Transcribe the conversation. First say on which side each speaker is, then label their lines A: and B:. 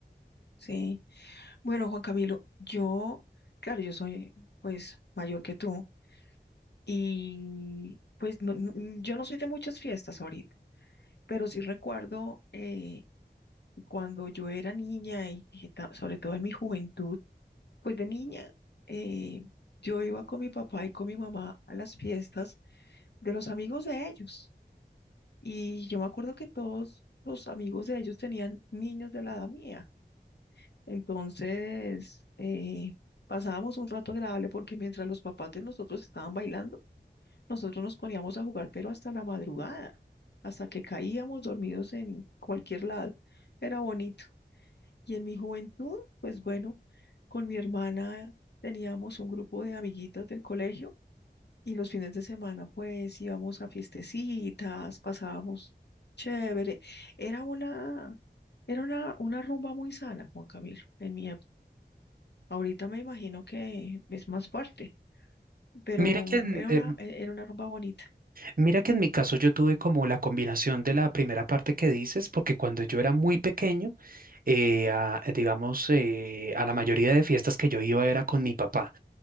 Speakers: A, on the left; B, on the right.
A: Sí. Bueno, Juan Camilo, yo, claro, yo soy pues mayor que tú y pues no- no- mm, yo no soy de muchas fiestas ahorita, pero sí recuerdo eh, cuando yo era niña y y ta- sobre todo en mi juventud, pues de niña eh, yo iba con mi papá y con mi mamá a las fiestas de los amigos de ellos. Y yo me acuerdo que todos los amigos de ellos tenían niños de la edad mía. Entonces, eh, pasábamos un rato agradable porque mientras los papás de nosotros estaban bailando, nosotros nos poníamos a jugar, pero hasta la madrugada, hasta que caíamos dormidos en cualquier lado. Era bonito. Y en mi juventud, pues bueno, con mi hermana teníamos un grupo de amiguitas del colegio y los fines de semana, pues íbamos a fiestecitas, pasábamos chévere. Era una, era una, una rumba muy sana, Juan Camilo, en mi época. Ahorita me imagino que es más fuerte, pero
B: Mira que, en,
A: era
B: eh,
A: una, e- era una rumba bonita.
B: mira que en mi caso yo tuve como la combinación de la primera parte que dices, porque cuando yo era muy pequeño, eh, a- digamos, eh, a la mayoría de fiestas que yo iba era con mi papá.